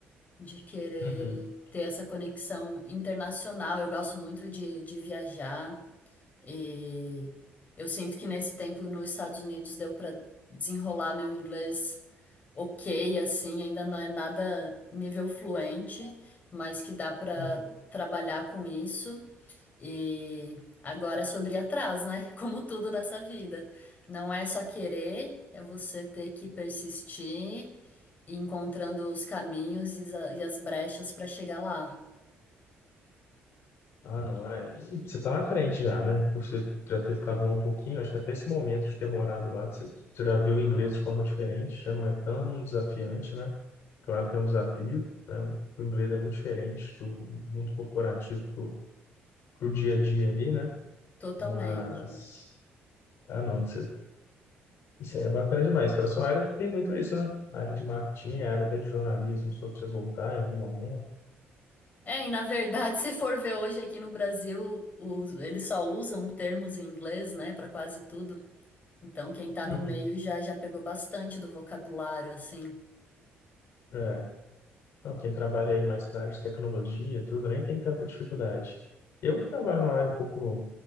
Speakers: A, on the left; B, on the left.
A: De querer
B: uhum,
A: ter essa conexão internacional. Eu gosto muito de, de viajar. E eu sinto que nesse tempo nos Estados Unidos deu para desenrolar meu inglês ok, assim, ainda não é nada nível fluente, mas que dá para
B: uhum.
A: trabalhar com isso. E agora é sobre ir atrás, né? <laughs> Como tudo nessa vida. Não é só querer, é você ter que persistir, e ir encontrando os caminhos e as e as brechas para chegar lá.
B: Ah, não, é. E você está na frente já, né? Por você já ter ficado lá um pouquinho, acho que até esse momento de ter morado lá, você, você já viu o inglês de forma diferente, já não é tão desafiante, né? Claro que é um desafio, né? O inglês é muito diferente do mundo corporativo pro, pro dia a dia ali, né?
A: Totalmente.
B: Mas, ah, não, você Isso aí é bacana demais. Para sua área tem muito isso, né? A área de marketing, a área até de jornalismo, sobre você voltar em algum momento.
A: É, e na verdade, <laughs> se for ver hoje aqui no Brasil, os- eles só usam termos em inglês, né, para quase tudo. Então, quem tá no
B: Uhum.
A: meio já já pegou bastante do vocabulário, assim.
B: É. Então, quem trabalha aí mais para a área de tecnologia, tudo, nem tem tanta dificuldade. Eu que trabalho numa área um pouco